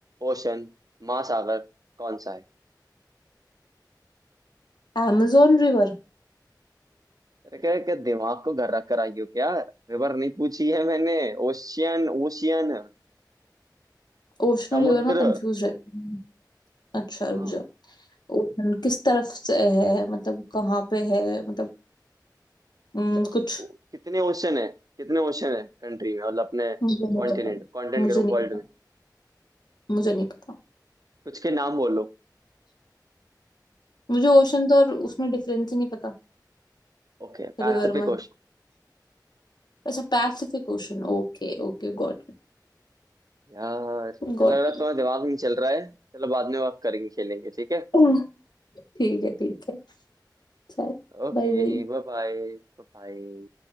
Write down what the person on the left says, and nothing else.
amazon river
ओशन
रिवर में कंफ्यूज रहती हूँ अच्छा
रुक जा ओशन किस तरफ से है मतलब कहाँ पे है मतलब हम्म,
कुछ
मुझे नहीं
पता
मुझे
नहीं
पता
मुझे नहीं पता
मुझे ओशन तो और उसमें डिफरेंस ही नहीं पता
रिवर में
अच्छा Pacific Ocean Okay okay got
Got
<laughs> ठीक है ठीक है चल
Bye bye